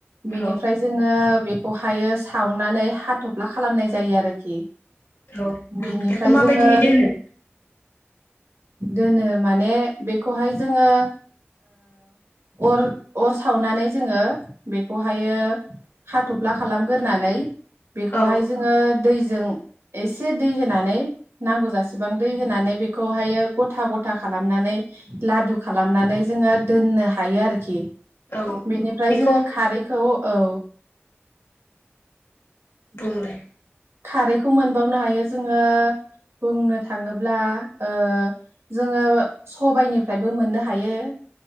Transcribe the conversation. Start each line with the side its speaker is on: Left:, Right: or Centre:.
Right: बिनिफ्राय
Left: औ
Right: जोङो बेखौहायो सावनानै हाथ'फ्ला खालामनाय जायो आरोखि
Left: औ
Right: बेनिफ्राय
Left: बेखौ माबायदियै
Right: जोङो
Left: दोनो।
Right: दोनो माने बेखौहाय जोङो ओ अर अर सावनानै जोङो बेखौहायो हाथ'फ्ला खालामगोरनानै बेखौहाय
Left: औ
Right: जोङो दै जों एसे दै होनानै नांगौ जसेबां होननानै बे बेहायो गथा गथा खालामनानै लादु खालामनानै जोङो दोननो हायो आरोखि ।
Left: औ
Right: बेनिफ्राय
Left: बेखौ
Right: जोङो खारैखौ औ
Left: बुंलाय
Right: खारैखौ मोनबावनो हायो। जोङो बुंनो थाङोब्ला ओ जोङो सबायाइनिफ्रायबो मोननो हायो। हायो